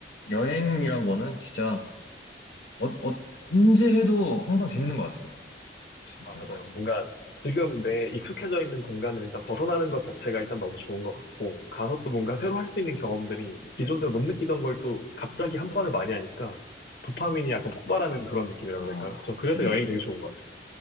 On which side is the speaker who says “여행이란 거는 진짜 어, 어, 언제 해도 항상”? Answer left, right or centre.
Left